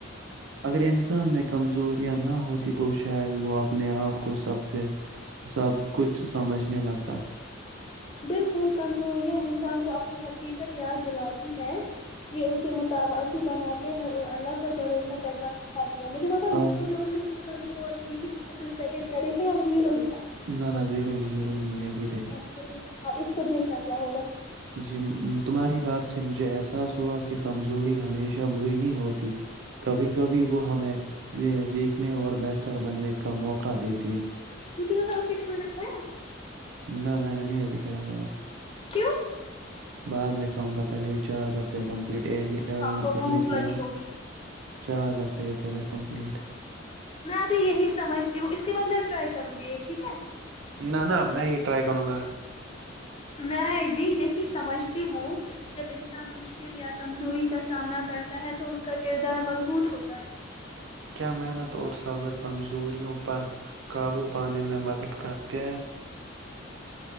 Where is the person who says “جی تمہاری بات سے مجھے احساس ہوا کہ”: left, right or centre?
Right